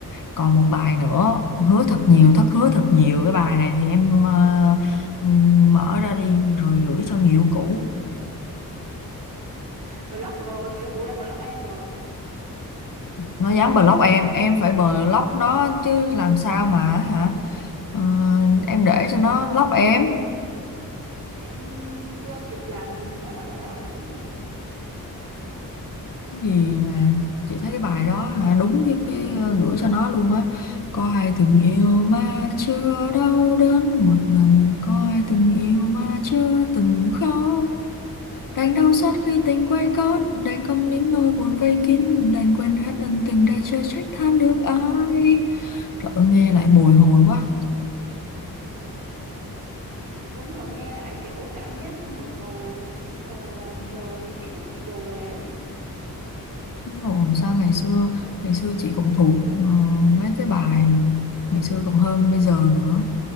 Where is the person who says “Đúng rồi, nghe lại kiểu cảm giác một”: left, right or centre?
Right